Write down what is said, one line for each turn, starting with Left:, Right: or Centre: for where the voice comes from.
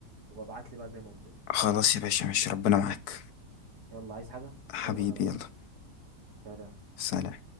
Right: وببعت لي بقى زي ما قلت لك
Left: خلاص يا باشا ماشي ربنا معاك
Right: يلا عايز حاجه
Left: حبيبي
Right: هقوم انا بقى
Left: يلا
Right: سلام.
Left: سلام